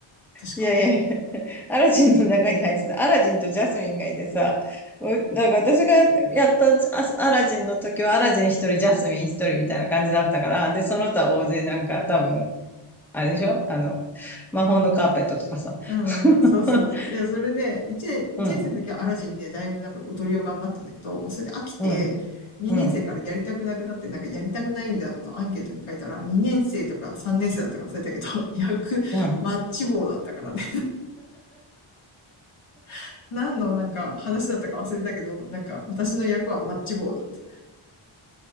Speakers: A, on the left; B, in the centre.
A: 確か。
B: いやいやいや、アラジンの中に入ってた。アラジンとジャスミンがいてさ、うなんか私がやったアアラジンの時はアラジン一人、ジャスミン一人みたいな感じだったから、で、その他大勢なんか多分、あれでしょあの、魔法のカーペットとかさ。
A: うんうん、
B: <laughs> い
A: そうそうそう。いや、それで、1年、一年生の時はアラジンでだいぶなんか踊りを頑張ったんだけど、
B: うん、
A: もうそれで飽きて、
B: うん、
A: 2年生からやりたくなくなって、
B: うん、
A: なんかやりたくないみたいなことをアンケートに書いたら、2年生とか3年生だったか忘れたけど、<laughs> 役、
B: うん。
A: マッチ棒だったからね。<laughs> 何のなんか話だったか忘れたけど、なんか私の役はマッチ棒だった。